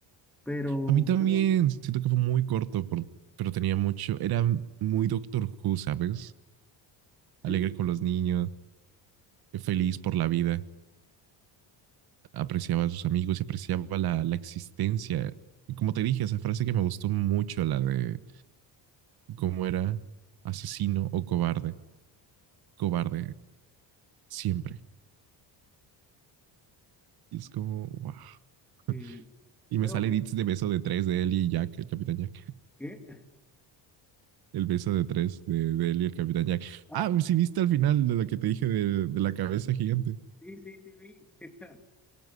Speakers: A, in the centre; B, on the right.
A: pero,
B: A mí también
A: pero
B: siento que fue muy corto, por, pero tenía mucho. Era muy Doctor Who, ¿sabes?
A: sí,
B: alegre con los niños, feliz por la vida, apreciaba a sus amigos y apreciaba la, la existencia. Y como te dije, esa frase que me gustó mucho, la de cómo era asesino o cobarde, cobarde siempre. Y es como, wow.
A: Sí,
B: <laughs> Y
A: pero
B: me sale
A: bueno,
B: edits de beso de tres de él y Jack, el Capitán Jack.
A: ¿qué? <laughs>
B: El beso de tres de, de él y el Capitán Jack.
A: Ah,
B: Ah, sí, viste al final de lo que te dije de, de la cabeza gigante.
A: sí, sí, sí, vi. <laughs>